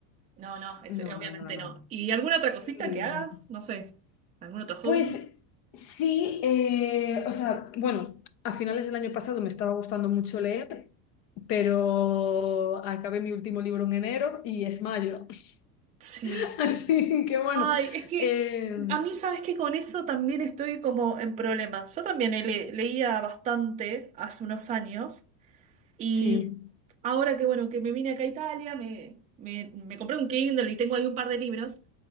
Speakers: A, on the right; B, on the left.
A: no, no, es-
B: No,
A: obviamente
B: no, no, no.
A: no. ¿Y alguna otra cosita
B: Ni
A: que
B: de
A: hagas?
B: broma.
A: No sé, ¿algún otro hobby?
B: Pues sí, eh, o sea, bueno, a finales del año pasado me estaba gustando mucho leer, pero acabé mi último libro en enero y es mayo.
A: Sí.
B: <laughs> Así que bueno,
A: Ay, es que
B: eh,
A: a mí sabes que con eso también estoy como en problemas. Yo también le- leía bastante hace unos años y
B: sí.
A: ahora que bueno, que me vine acá a Italia, me, me, me compré un Kindle y tengo ahí un par de libros,